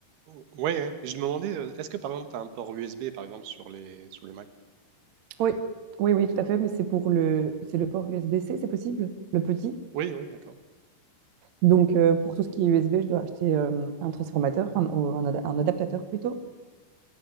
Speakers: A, on the right (about 75°); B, on the right (about 60°).
A: O- Ouais, ouais. Je me demandais, euh, est-ce que par exemple, tu as un port USB par exemple sur les, sur les Mac?
B: Oui. Oui, oui, tout
A: D'accord.
B: à fait, mais c'est pour le, c'est le port USB-C, c'est possible, le petit.
A: Oui, oui, d'accord.
B: Donc, euh, pour tout ce qui est USB, je dois acheter euh, un transformateur, un, ou un ad- un adaptateur plutôt,